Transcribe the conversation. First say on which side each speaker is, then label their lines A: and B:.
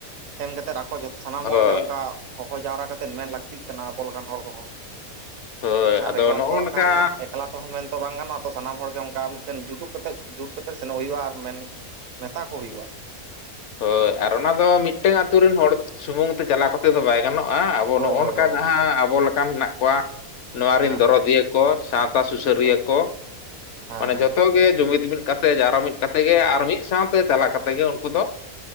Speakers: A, on the right (about 70°); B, on the left (about 60°).
A: ᱥᱮᱱ ᱠᱟᱛᱮᱮᱫ ᱟᱠᱚᱚᱛᱚ ᱥᱟᱱᱟᱢ
B: ᱦᱳᱭ
A: ᱦᱚᱲᱜᱮ ᱚᱱᱠᱟ ᱦᱚᱦᱚ ᱡᱟᱣᱨᱟ ᱠᱟ ᱠᱟᱛᱮᱮᱫ ᱢᱮᱱ ᱞᱟᱹᱠᱛᱤᱜ ᱠᱟᱱᱟ ᱟᱵᱚ ᱞᱮᱠᱟᱱ ᱦᱚᱲ ᱠᱚᱦᱚᱸ
B: ᱦᱳᱭ
A: ᱾ ᱟᱨ
B: ᱟᱫᱚ
A: ᱮᱠᱞᱟ
B: ᱱᱚᱜᱼᱚ
A: ᱛᱮᱫᱚ
B: ᱱᱚᱝᱠᱟ
A: ᱦᱜ ᱠᱷᱟᱱ ᱮᱠᱞᱟ ᱛᱮᱦᱚᱸ ᱢᱮᱱᱛᱮᱚ ᱵᱟᱝ ᱜᱟᱱᱚᱜᱼᱟ ᱾ ᱟᱨ ᱛᱚ ᱥᱟᱱᱟᱢ ᱦᱚᱲᱜᱮ ᱚᱱᱠᱟ ᱢᱤᱫᱴᱮᱱ ᱡᱩᱴᱩᱜ ᱠᱟᱛᱮᱫ ᱡᱩᱴ ᱠᱟᱛᱮᱮᱫ ᱥᱮᱱᱚᱜ ᱦᱩᱭᱩᱜᱼᱟ ᱾ ᱟᱨ ᱢᱮᱱ ᱢᱮᱛᱟ ᱠᱚ ᱦᱩᱭᱩᱜᱼᱟ ᱾
B: ᱦᱳᱭ ᱟᱨ ᱚᱱᱟ ᱫᱚ, ᱢᱤᱫᱴᱟᱝ ᱟᱛᱳ ᱨᱮᱱ ᱦᱚᱲ ᱥᱩᱢᱩᱝ ᱛᱮ ᱪᱟᱞᱟᱣ ᱠᱟᱛᱮ ᱫᱚ ᱵᱟᱭ ᱜᱟᱱᱚᱜᱼᱟ ᱟᱵᱚ
A: ᱦᱳᱭ
B: ᱱᱚᱜᱼᱚ
A: ᱦᱳᱭ
B: ᱱᱚᱝᱠᱟ
A: ᱦᱳᱭ
B: ᱡᱟᱦᱟᱸ ᱟᱵᱚ ᱞᱮᱠᱟᱱ ᱢᱮᱱᱟᱜ ᱠᱚᱣᱟ᱾ ᱱᱚᱣᱟ ᱨᱮᱱ
A: ᱦᱮᱸ
B: ᱫᱚᱨᱚᱫᱤᱭᱟᱹ
A: ᱦᱮᱸ
B: ᱠᱚ ᱾ ᱥᱟᱶᱛᱟ ᱥᱩᱥᱟᱹᱨᱤᱭᱟᱹ
A: ᱦᱳᱭ
B: ᱠᱚ ᱾
A: ᱦᱮᱸ
B: ᱢᱟᱱᱮ
A: ᱦᱮᱸ
B: ᱡᱚᱛᱚ ᱜᱮ ᱡᱩᱢᱤᱫ ᱢᱤᱫ ᱠᱟᱛᱮ ᱡᱟᱨᱚ ᱢᱤᱫ ᱠᱟᱛᱮ ᱜᱮ ᱟᱨ ᱢᱤᱫ ᱥᱟᱶᱛᱮ ᱪᱟᱞᱟᱣ ᱠᱟᱛᱮᱜ ᱜᱮ, ᱩᱱᱠᱩ ᱫᱚ